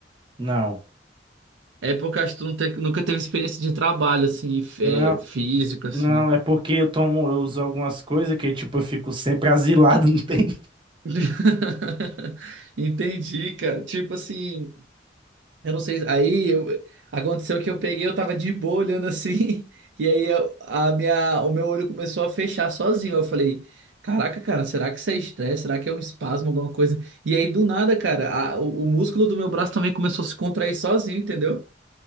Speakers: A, on the right; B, on the right.
A: Não.
B: É porque eu acho que tu não te- nunca teve experiência de trabalho assim, f-
A: Não,
B: é, físico assim.
A: não, é porque eu tomo, eu uso algumas coisas que, tipo, eu fico sempre asilado, <laughs> não tem.
B: <laughs> Entendi, cara. Tipo assim, Eu não sei. Aí eu- aconteceu que eu peguei, eu tava de boa olhando assim, <laughs> e aí eu- a minha, o meu olho começou a fechar sozinho. Eu falei, caraca, cara, será que isso é estresse? Será que é um espasmo, alguma coisa? E aí do nada, cara, a- o, o músculo do meu braço também começou a se contrair sozinho, entendeu?